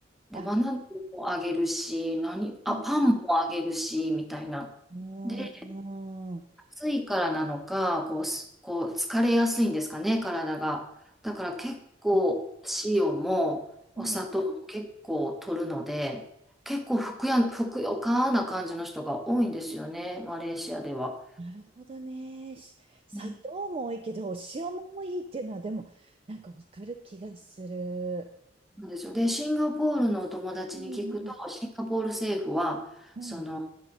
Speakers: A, in the centre; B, on the right.
A: で、
B: あ、
A: バナナもあげるし、何、あ、
B: うん。
A: パンもあげるし、みたいな。
B: うん。
A: で、暑いからなのか、こう、すこう疲れやすいんですかね、体が。だから結構、塩もお砂糖も結構取るので、
B: うん
A: 結構ふくや、ふくよかな感じの人が多いんですよね、マレーシアでは。
B: なるほどね。し砂糖も多いけど、
A: うん
B: お塩も多いっていうのは、でも、なんかわかる気がする。
A: なんですよ。で、シンガポールのお友達に聞くと、
B: うんう
A: シンガポール政府は、
B: んうん。
A: その、